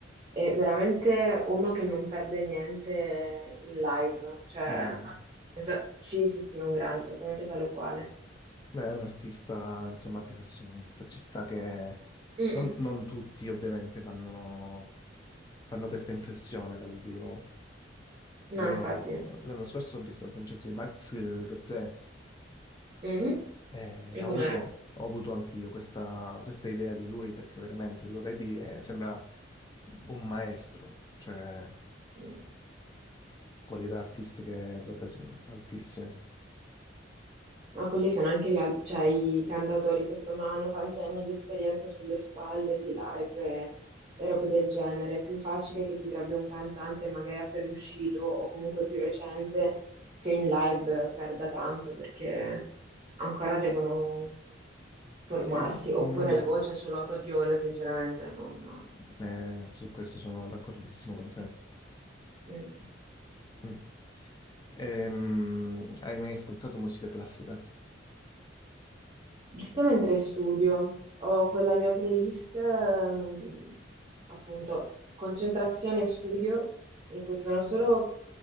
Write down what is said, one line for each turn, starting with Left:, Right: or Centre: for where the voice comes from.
Right: e veramente uno che non perde niente in live. Cioè,
Left: grande.
Right: es- sì, sì, sì, è un grande, esattamente tale o quale.
Left: Beh, è un artista, insomma, professionista. Ci sta che
Right: Mm.
Left: non, non tutti, ovviamente, fanno, fanno questa impressione dal vivo.
Right: No,
Left: Io
Right: infatti.
Left: l'anno scorso ho visto un concerto di Max Gazzè
Right: Mhm.
Left: e
Right: E
Left: ho
Right: com'era?
Left: avuto, ho avuto anche io questa, questa idea di lui perché veramente lo vedi e sembra un maestro, cioè
Right: Mm.
Left: qualità artistiche proprio altissime.
Right: Ma quelli sono anche gli al- cioè, i cantautori che secondo me hanno tanti anni di esperienza sulle spalle, di live e, e robe del genere. È più facile che ti trovi un cantante magari appena uscito o comunque più recente che in live perda tanto perché ancora devono formarsi.
Left: Io
Right: Oppure
Left: non-
Right: la voce è solo autotune, sinceramente, non...
Left: Eh, su questo sono d'accordissimo con te.
Right: mm.
Left: Mm. Ehm, hai mai ascoltato musica classica?
Right: Giusto mentre studio, ho quella mia playlist, ehm, appunto, concentrazione e studio, in cui sono solo